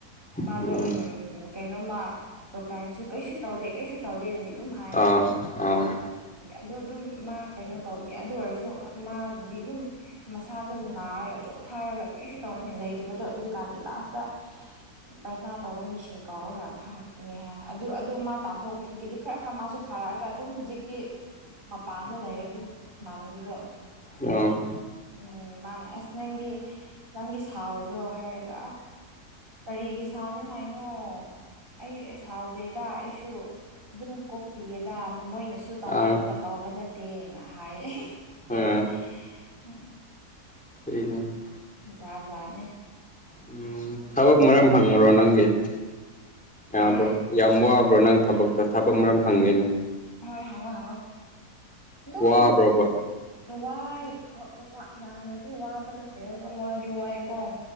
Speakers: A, on the right; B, in the centre.
A: ꯃꯥꯗꯣ
B: ꯎꯝ
A: ꯎꯝ ꯀꯩꯅꯣꯃ ꯗꯣꯛꯇꯔꯅꯁꯨ ꯀꯩꯁꯨ ꯇꯧꯗꯦ ꯀꯩꯁꯨ ꯇꯧꯗꯦ ꯑꯗꯨꯗꯤ ꯑꯗꯨꯝ ꯍꯥꯏ
B: ꯑꯥ
A: ꯍꯥꯏ
B: ꯑꯥ
A: ꯑꯗꯨꯗ ꯑꯗꯨꯝ ꯃꯥ ꯀꯩꯅꯣ ꯇꯧꯕꯒꯤ ꯑꯗꯨ ꯑꯣꯏꯔꯁꯨ ꯃꯥꯗꯤ ꯑꯗꯨꯝ ꯃꯁꯥꯗꯣ ꯅꯥꯔꯒ ꯇꯣꯞꯊꯥꯔꯒ ꯀꯔꯤꯁꯨ ꯇꯧꯅꯤꯡꯉꯥꯏ ꯂꯩꯇꯕꯗꯣ ꯑꯗꯨꯗꯨ ꯀꯥꯟꯗꯤ ꯂꯥꯁꯇ ꯄ꯭ꯔꯁꯅꯥ ꯇꯧꯕ ꯃꯤꯁꯤꯡ ꯀꯧꯔꯒ ꯈꯪꯉꯛꯄꯅꯤ ꯍꯥꯏ ꯑꯗꯨ ꯑꯗꯨ ꯃꯥ ꯇꯥꯟꯊꯣꯛꯄꯁꯤꯗꯒꯤꯗꯤ ꯈꯔ ꯈꯔ ꯃꯥꯁꯨ ꯐꯔꯛꯑꯒ ꯑꯗꯨꯝ ꯍꯧꯖꯤꯛꯇꯤ ꯃꯄꯥꯟꯗ ꯂꯩꯔꯦ ꯑꯗꯨꯒꯤꯗꯣ
B: ꯑ
A: ꯎꯝ ꯃꯥꯅꯦ ꯑꯁ ꯅꯪꯗꯤ ꯅꯪꯗꯤ ꯁꯥꯎꯗ꯭ꯔꯣ ꯍꯥꯏꯔꯒ ꯀꯔꯤꯒꯤ ꯁꯥꯎꯅꯤꯡꯉꯥꯏꯅꯣ ꯑꯩ ꯁꯥꯎꯗꯦꯗ ꯑꯩꯁꯨ ꯑꯗꯨꯝ ꯀꯣꯛꯄꯤꯌꯦꯗ ꯃꯣꯏꯅꯁꯨ ꯇꯧꯅꯤꯡꯉꯒ
B: ꯑꯥ
A: ꯇꯧꯕ ꯅꯠꯇꯦꯅ ꯍꯥꯏꯌꯦ <unintelligible>
B: ꯑꯥ <unintelligible>
A: ꯖꯥꯠ ꯖꯥꯠꯅꯦ
B: ꯎꯝ ꯊꯕꯛ ꯃꯔꯝ ꯍꯪꯉꯨꯔꯣ ꯅꯪꯒꯤ ꯌꯥꯕ꯭ꯔꯣ
A: ꯍꯥ
B: ꯌꯥꯝ ꯋꯥꯕ꯭ꯔꯣ ꯅꯪ ꯊꯕꯛꯇꯣ ꯊꯕꯛ ꯃꯔꯝ ꯍꯪꯒꯦꯅꯦ
A: ꯍꯣꯏ ꯍꯥꯡꯉꯣ ꯍꯥꯡꯉꯣ ꯑꯗꯨꯝ
B: ꯋꯥꯕ꯭ꯔꯣꯕ
A: ꯋꯥꯏ ꯌꯥꯝꯅꯗꯤ ꯋꯥꯕ ꯅꯠꯇꯦ ꯑꯗꯨꯝ ꯋꯥꯗꯤ ꯋꯥꯏꯀꯣ